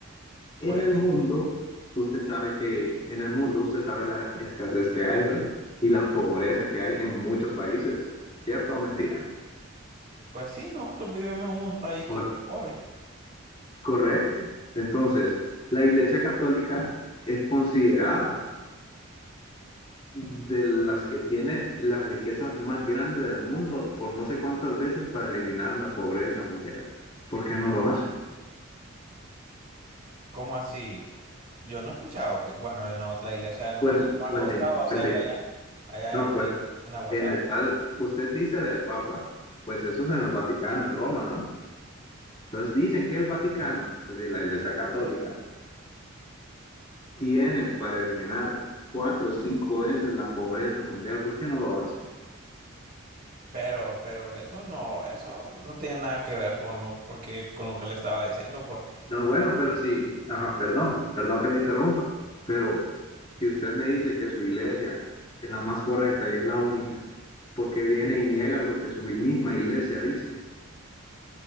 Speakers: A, on the left; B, on the right.
A: En
B: pues,
A: el mundo, usted sabe que, en el mundo, usted sabe la escasez que hay, ¿verdad? Y la pobreza que hay en muchos países, ¿cierto o mentira?
B: pues sí, nosotros vivimos en un país
A: Cor-
B: que está pobre.
A: Correcto. Entonces, la Iglesia Católica es considerada de las que tiene las riquezas más grandes del mundo por no sé cuántas veces para eliminar la pobreza mundial. ¿Por qué no lo hace?
B: ¿Cómo así? Yo no he escuchado que, bueno, de no- la iglesia de nosotros
A: Pues,
B: nos ha
A: pues,
B: costado
A: le-
B: hacerla
A: pues le-
B: allá, allá
A: no,
B: en,
A: pues
B: en Aguasarca.
A: en el tal, usted dice del Papa, pues eso es en el Vaticano, en Roma, ¿no? Entonces dicen que el Vaticano, pues y la Iglesia Católica, tiene para eliminar cuatro o cinco veces la pobreza mundial. ¿Por qué no lo hace?
B: Pero, pero eso no, eso no tiene nada que ver con lo, porque, con lo que le estaba diciendo, pues.
A: No, bueno, pero si, ajá, perdón, perdón que le interrumpa, pero si usted me dice que su iglesia es la más correcta y es la única, ¿por qué viene y niega lo que su misma iglesia dice?